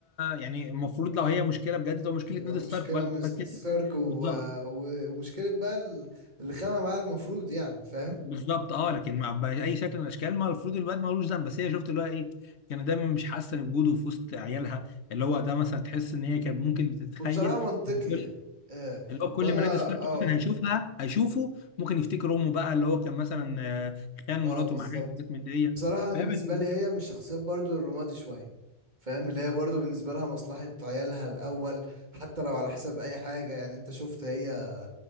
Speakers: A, on the left; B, on the right.
A: يعني المفروض لو هي مشكله بجد تبقى مشكله
B: يبقى
A: نيد ستارك
B: مشكله
A: ولا
B: من ستارك
A: عمل كده
B: و...
A: بالظبط
B: و... ومشكله بقى ال- اللي خانها معاه المفروض يعني فاهم
A: بالظبط اه لكن مع باي شكل من الاشكال ما المفروض الواد ملوش ذنب بس هي شفت اللي هو ايه كان دايما مش حاسه بوجوده في وسط عيالها اللي هو ده مثلا تحس ان هي كانت ممكن بتتخيل
B: وبصراحه منطقي
A: كل
B: يعني آه.
A: اللي هو كل
B: وانا
A: ما نيد ستارك
B: اه
A: مثلا هيشوفها هيشوفه ممكن يفتكر امه بقى اللي هو كان مثلا آه، خان
B: اه
A: مراته
B: بالظبط
A: معاه حاجات من دي
B: بصراحة انا
A: فاهم
B: بالنسبة لي هي من الشخصيات برضو الرمادي شوية فاهم اللي هي برضو بالنسبة لها مصلحة عيالها الاول حتى لو على حساب اي حاجة يعني انت شفت هي